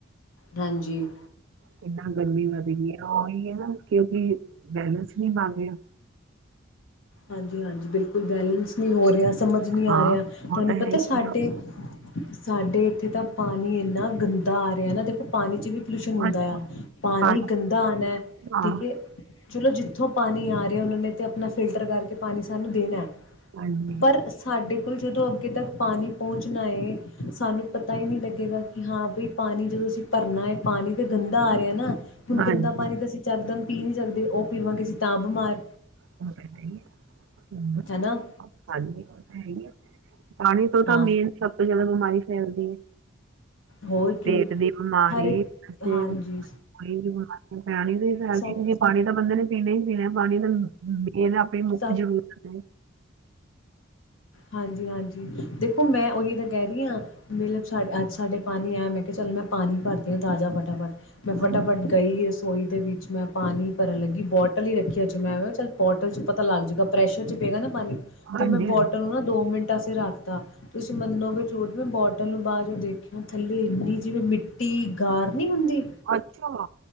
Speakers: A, on the left; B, on the right.
A: ਹਾਂਜੀ।
B: ਕਿੰਨਾ ਗਰਮੀ ਵੱਧ ਗਈ ਆ ਉਹੀ ਹੈ ਨਾ। ਕਿਉਂਕਿ ਬੈਲੇੈਂਸ ਨਹੀਂ ਮੰਣ ਰਿਹਾ
A: ਹਾਂਜੀ ਹਾਂਜੀ ਬਿਲਕੁਲ ਬੈਲਂਸ ਨਹੀਂੀ ਹੋ ਰਿਹਾ ਸਮਝ ਨਹੀ ਆ
B: ਹਾਂ
A: ਰਿਹਾ ਤੁਹਾਨੂੰ
B: ਉਹ ਤਾਂ ਹੈ
A: ਪਤਾ
B: ਹੀ
A: ਸਾਡੇ
B: ਹੈ ਨਾ
A: ਸਾਡੇ ਇੱਥੇ ਤਾਂ ਪਾਣੀ ਇੰਨਾ ਗੰਦਾ ਆ ਰਿਹਾ ਨਾ ਦੇਖੋ ਪਾਣੀ 'ਚ ਵੀ ਪੋਲਿਊਸ਼ਨ ਹੁੰਦਾ
B: ਬਸ,
A: ਆ ਪਾਣੀ
B: ਹਾਂ
A: ਗੰਦਾ ਆਉਣਾ
B: ਹਾਂ,
A: ਠੀਕ ਹੈ ਚਲੋ ਜਿੱਥੋਂ ਪਾਣੀ ਆ ਰਿਹਾ ਉਹਨਾਂ ਨੇ ਤੇ ਆਪਣਾ ਫਿਲਟਰ ਕਰਕੇ ਪਾਣੀ ਸਾਨੂੰ ਦੇਣਾ
B: ਹਾਂਜੀ
A: ਪਰ ਸਾਡੇ ਬਿਲਕੁਲ ਜਦੋਂ ਅੱਗੇ ਤੱਕ ਪਾਣੀ ਪਹੁੰਚਣਾ ਏ ਸਾਨੂੰ ਪਤਾ ਹੀ ਨਹੀਂ ਲੱਗੇਗਾ ਕਿ ਹਾਂ ਬ ਪਾਣੀ ਜਦੋਂ ਅਸੀਂ ਭਰਨਾ ਹੈ ਪਾਣੀ ਦੇ ਗੰਦਾ ਆ ਰਿਹਾ ਨਾ ਹੁਣ
B: ਹਾਂਜੀ
A: ਗੰਦਾ ਪਾਣੀ ਤਾਂ ਅਸੀਂ ਚੱਕਦਮ ਪੀ ਨਹੀਂੀ ਸਕਦੇ ਉਹ ਪੀਵਾਂਗੇਸੀ ਤਾਂ ਬਿਮਾਰ
B: ਹੋ ਬੈਠਹੀ ਹੈ ਹਮ
A: ਹਨਾ
B: ਖਾਲ ਤਾਂ ਹੈਗੀ ਪਾਣੀ ਤੋਂ ਤਾਂ
A: ਹਾਂ
B: ਮੇਨ ਸਭ ਤੋਂ ਜਿਆਦਾ ਬਿਮਾਰੀ ਫੈਲਦੀ ਹੈ
A: ਹੋਰ ਕੀ
B: ਪੇਟ ਦੀ ਬਿਮਾਰੀੇਈ
A: ਹਰ ਇੱਕ ਹਾਂਜੀ
B: ਬਿਮਾਰੀ ਪਿਆਣੀ ਦੇ ਫੈਲ
A: ਸਭ
B: ਜੇ ਪਾਣੀ ਤਾਂ ਬੰਦੇ ਨੇ ਪੀਣਾ ਹੀ ਪੀਣਾ ਪਾਣੀ ਤਾਂ ਇਹ ਨਾ ਆਪਣੀ ਮੁੱਖ
A: ਸਭ
B: ਜ਼ਰੂਰਤ
A: ਹਾਂਜੀ ਹਾਂਜੀ ਦੇਖੋ ਮੈਂ ਉਹੀ ਤਾਂ ਕਹਿ ਰਹੀ ਹਾਂ ਮਤਲਬ ਸਾ ਅੱਜ ਸਾਡੇ ਪਾਣੀ ਐ ਮੈਂ ਕਿਹਾ ਚੱਲ ਮੈਂ ਪਾਣੀ ਭਰਦੀ ਹਾਂ ਤਾਜ਼ਾ ਫਟਾਫਟ ਮੈਂ
B: ਹਾਂਜੀ
A: ਫਟਾਫਟ ਗਈ ਰਸੋਈ ਦੇ ਵਿੱਚ ਮੈਂ ਪਾਣੀ ਭਰਨ ਲੱਗੀ ਬੋਟਲ ਹੀ ਰੱਖੀ ਅਚ ਮ ਵ ਚੱਲ ਪ ਬੋਟਲ ਚ ਪਤਾ ਲੱਗ ਜੂਗਾ ਪ੍ਰੈਸ਼ਰ ਚ ਪਏਗਾ ਨਾ ਪਾਣੀ
B: ਹਾਂਜੀ
A: ਤੇ ਮੈਂ
B: ਹਾਂਜੀ
A: ਬੋਟਲ ਨਾ ਦੋ ਮਿੰਟ ਿੱਟਾ ਸ ਰੱਖਦਾ ਤੁਸੀਂ ਮੰਨੋਗੇ ਝੂਠ ਮੈਂ ਬੋਟਲ ਨੂੰ ਬਾਅਦ ਜੋ ਦੇਖਿਆ ਥੱਲੇ ਇੰਨੀ ਜਿਵੇਂ ਮਿੱਟੀ ਗਾਰ ਨਹੀਂ ਹੁੰਦੀ
B: ਅੱਛਾ